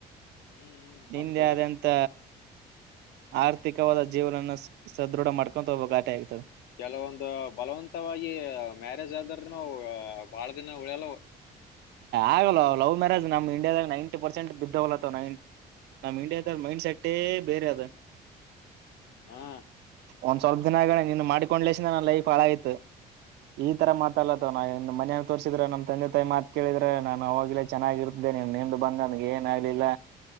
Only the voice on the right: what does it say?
ನಿದೆಂತ
ಆರ್ಥಿಕವಾದ ಜೀವನನ ಸದೃಢ ಮಾಡ್ಕೊು ಹಬ್ಬ ಘಟೆ ಆಗ್ತದೆ
ಆಗಲ್ವ ಲವ್ ಮ್ಯಾರೇ ನ್ ಇಂಡಿಯಾದಾಗ ನೈಂಟಿ ಪರ್ಸೆಂಟ್ ಬಿದ್ದವಲತ್ತವ ನೈನ್ಟಿ ನಮ್ಮ್ ಇಂಡಿಯಾದ ಮೈಂಡ್ ಸೆಟ್ಟೇ ಬೇರೆ ಅದು
ಒಂದ್ ಸ್ವಲ್ಪ ದಿನ ಆಗಣ ನೀನು ಮಾಡ್ಕೊಂಡ್ಲಸ ನನ್ ಲೈಫ ಹಾಳ ಆ್ತು ಈ ತರ ಮಾತಲ್ಲತ್ತವ ನಾ ಮನ ತೋರ್ಸಿದ್ರೆ ನಮ್ ತಂದೆ ತಾಯಿ ಮಾತ್ ಕೇಳಿದ್ರೆ ನಾನು ಅವಾಗ್ಲೇ ಚೆನ್ನಾಗಿರ್ತೆ ನೀನಿಂದು ಬಂದ ನನ್ಗೆ ಏನ ಆಗ್ಲಿಲ್ಲ